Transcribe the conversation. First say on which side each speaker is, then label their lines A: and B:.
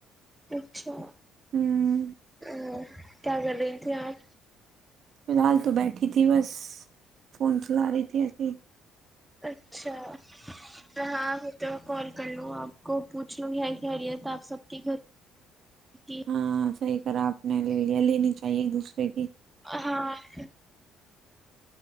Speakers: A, in the centre; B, on the right.
A: اچھا
B: ہوں
A: تو کیا کر رہی تھھی آپ
B: فی الحال تو بیٹھی تھی بس فون چلا رہی تھی ایسی
A: اچھا تو ہاں تو کال کر لوں آپ کو پوچھ لوں کیا خ خریت آپ سب کی گھر کی
B: ہاں صحیح کرا اپ نے نے لے لیا لینی چاہیے ایک دوسرے کی
A: ہاں